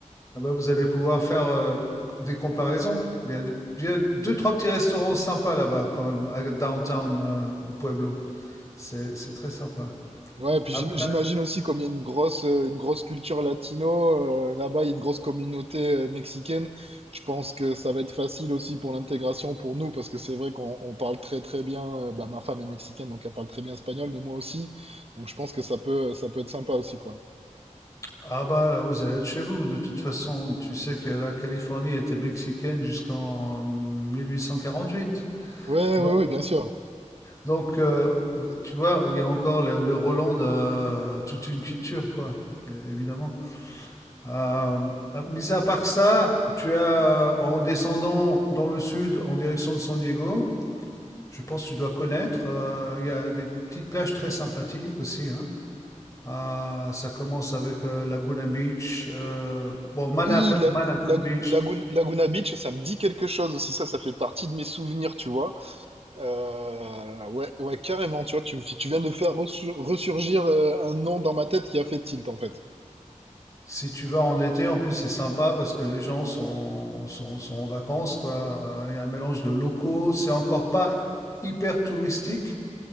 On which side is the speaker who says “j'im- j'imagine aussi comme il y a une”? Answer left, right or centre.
Right